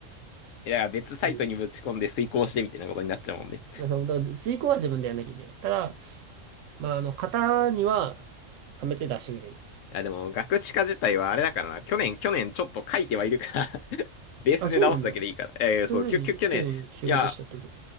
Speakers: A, on the left (about 80°); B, on the right (about 80°).
A: や、だから別サイトにぶち込んで遂行してみたいなことになっちゃうもんね。
B: ていう。だから、だから遂行は自分でやんなきゃいけない。ただ、まあ、あの、型には、はめて出してくれる。
A: あ、でも、学士化自体はあれだからな。去年、去年ちょっと書いてはいるから <laughs> ベースで直すだけでいいから。
B: あ、そうなんだ。
A: えーそう、
B: それなのに、
A: きょ、きょ、去年、
B: 去年就活したってこと。
A: いや、